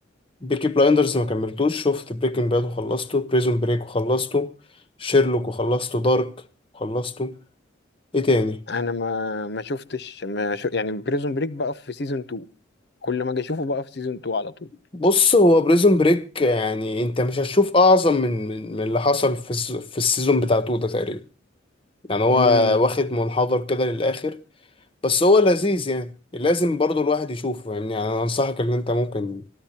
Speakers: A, on the left; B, on the left.
A: بيكي بلايندرز ما كملتوش شفت بريكنج باد وخلصته بريزون بريك وخلصته شيرلوك وخلصته دارك وخلصته ايه تاني
B: انا ما ما شفتش ما شو يعني بريزون بريك بقى في سيزون 2 كل ما اجي اشوفه بقى في سيزون 2 على طول
A: بص هو بريزون بريك يعني انت مش هتشوف اعظم من من من اللي حصل في الس- في السيزون بتاع تو ده تقريبا يعني هو
B: امم
A: واخد منحدر كده للآخر بس هو لذيذ يعني لازم برضو الواحد يشوفه يعني, يعني أنا أنصحك إن أنت ممكن